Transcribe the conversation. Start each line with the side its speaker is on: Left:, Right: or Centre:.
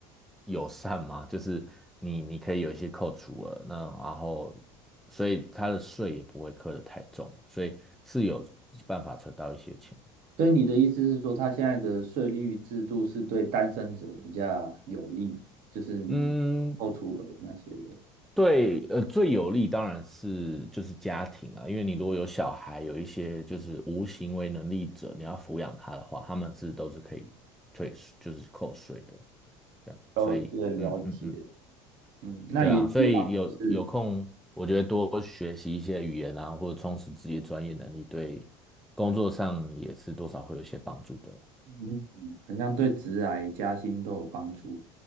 Centre: 友善嘛，就是你你可以有一些扣除额，那然后所以它的税也不会课得太重，所以是有办法存到一些钱。
Right: 所以你的意思是说，他现在的税率制度是对单身者比较有利，就是你扣除额那些的。
Centre: 嗯，对，呃，最有利当然是就是家庭啦，因为你如果有小孩，有一些就是无行为能力者，你要抚养他的话，他们是都是可以退税，就是扣税的，这样，
Right: 了解了解。
Centre: 所以，嗯嗯嗯，
Right: 嗯，那也希望是，
Centre: 对啊，所以有有空，我觉得多学习一些语言啊，或者充实自己的专业能力，对工作上也是多少会有一些帮助的，
Right: 嗯，嗯好像对职涯加薪都有帮助。